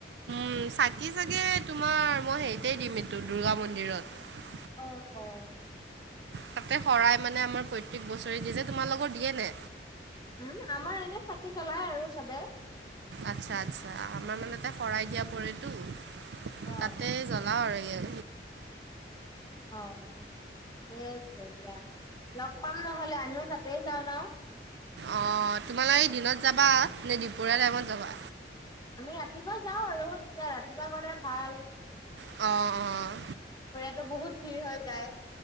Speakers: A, on the right (about 75°); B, on the left (about 20°).
A: উম, চাকি চাগে তোমাৰ মই হেৰিতে দিম এইটো দুৰ্গা মন্দিৰত।
B: অ', অ'।
A: তাতে শৰাই মানে আমাৰ প্ৰত্যেক বছৰে দিয়ে যে। তোমালোকৰ দিয়ে নে?
B: উম, আমাৰ এনে চাকি জ্বলাই আৰু চবে।
A: আচ্ছা আচ্ছা আমাৰ মানেটা শৰাই দিয়া পৰেতো।
B: অ',
A: তাতে জ্বলাও আৰু ইয়ে
B: অ'। দে তেতিয়া, লগ পাম নহ'লে আমিও তাতে যাওঁ ন'।
A: অ', তোমালোকে দিনত যাবা? নে দিপৰীয়া টাইমত যাবা?
B: এ, ৰাতিপুৱা যাওঁ আৰু তেতিয়া ৰাতিপুৱা গ'লে ভাল।
A: অ', অ'।
B: ত' বহুত ভিৰ হৈ যায়।